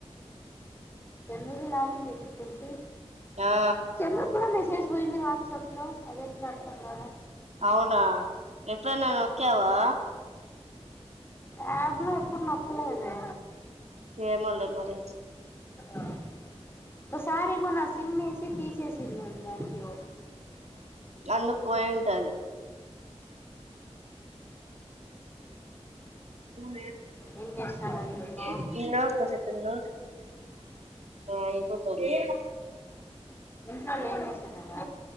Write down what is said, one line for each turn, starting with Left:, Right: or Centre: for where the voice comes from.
Left: మీ ఆడి లేదు <unintelligible> ఇీ
Right: ఆ
Left: చెన్నకుడు మసి చేసి పోయింది వాట్సాప్ లో అది ఎట్లా అర్థం కలా
Right: అవునా ఎప్పుడన్నా నొక్క్యవా
Left: అప్ లో ఎప్పుడు నొక్కలేదే
Right: ఏమోలే మరి
Left: ఆ ఒకసారిేమో నా సిమ్ వేసి తీసేసిందిను దాంట్లో
Right: అండకుపోయింటది అవును
Left: ఏం చేస్తాన్నారు ఇంట్లో
Right: లే ఇ నా కోసెకంద అయిపోతాది లే
Left: ఇంట్లోళ్ళు ఏం చేస్తన్నారా